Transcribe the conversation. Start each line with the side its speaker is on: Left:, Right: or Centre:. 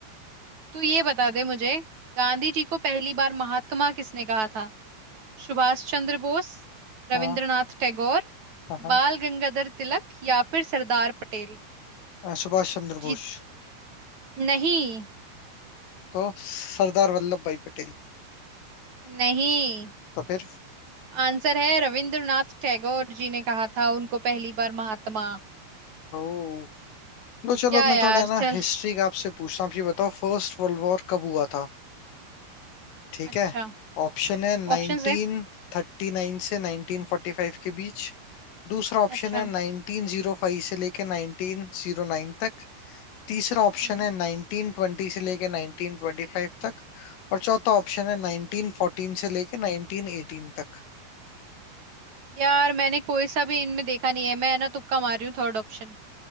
Right: तू ये बता दे मुझे गांधी जी को पहली बार महात्मा किसने कहा था सुभाष चंद्र बोस रविंद्रनाथ
Left: हाँ
Right: टैगोर
Left: हाँ हाँ।
Right: बाल गंगाधर तिलक या फिर सरदार पटेल
Left: अ, सुभाष चंद्र
Right: जी
Left: बोस
Right: नहीं
Left: तो सरदार वल्लभ भाई पटेल
Right: नहीं
Left: तो फिर
Right: आंसर है रविंद्रनाथ टैगोर जी ने कहा था उनको पहली बार महात्मा
Left: ओ लो चलो
Right: क्या
Left: मैं
Right: यार
Left: थोड़ा है ना
Right: चल
Left: हिस्ट्री का आपसे पूछता हूँ आप ये बताओ फर्स्ट वर्ल्ड वॉर कब हुआ था ठीक
Right: अच्छा
Left: है ऑप्शन है 1939
Right: ऑप्शंस है
Left: से 1945 के बीच दूसरा ऑप्शन
Right: अच्छा
Left: है 1905 से लेके 1909 तक तीसरा ऑप्शन
Right: हम्म
Left: है 1920 से लेके 1925 तक और चौथा ऑप्शन है 1914 से लेके 1918 तक
Right: यार मैंने कोई सा भी इनमें देखा नहीं है मैं ना तुक्का मार रही हूँ थर्ड ऑप्शन